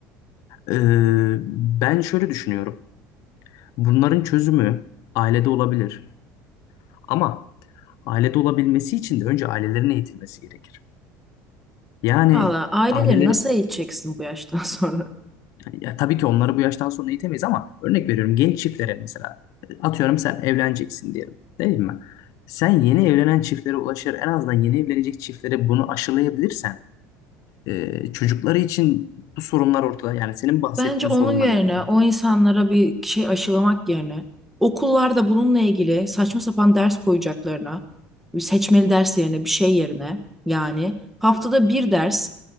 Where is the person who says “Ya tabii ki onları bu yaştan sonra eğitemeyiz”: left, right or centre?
Left